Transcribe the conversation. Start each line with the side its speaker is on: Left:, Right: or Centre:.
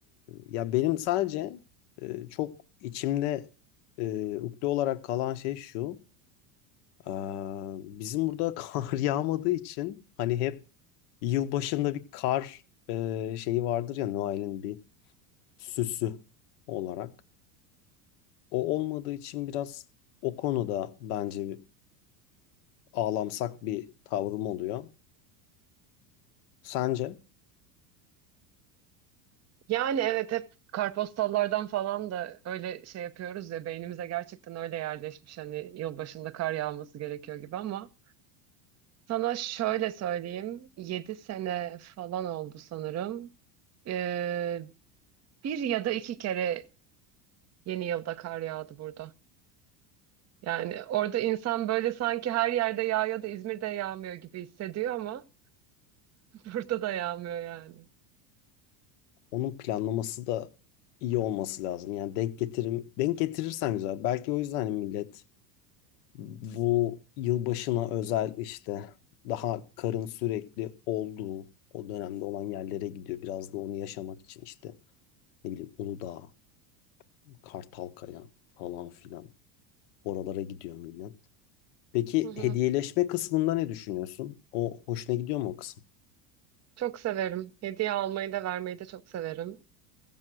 Left: ya benim sadece e, çok içimde e, ukde olarak kalan şey şu. e, bizim burada <laughs> kar yağmadığı için hani hep Yıl başında bir kar e, şeyi vardır ya Noel'in bir süsü olarak. O olmadığı için biraz o konuda bence bir ağlamsak bir tavrım oluyor. Sence
Right: Yani evet hep kartpostallardan falan da öyle şey yapıyoruz ya beynimize gerçekten öyle yerleşmiş hani yılbaşında kar yağması gerekiyor gibi ama sana şöyle söyleyeyim 7 sene falan oldu sanırım. Ee, bir ya da iki kere yeni yılda kar yağdı burada. Yani orada insan böyle sanki her yerde yağıyor da İzmir'de yağmıyor gibi hissediyor ama Burada da yağmıyor yani.
Left: onun planlaması da iyi olması lazım. Yani denk getirim denk getirirsen güzel. Belki o yüzden hani millet bu yılbaşına özel işte daha karın sürekli olduğu o dönemde olan yerlere gidiyor. Biraz da onu yaşamak için işte ne bileyim Uludağ Kartalkaya falan filan. Oralara gidiyor millet. Peki
Right: Hı hı.
Left: hediyeleşme kısmında ne düşünüyorsun? O hoşuna gidiyor mu o kısım?
Right: Çok severim. Hediye almayı da vermeyi de çok severim.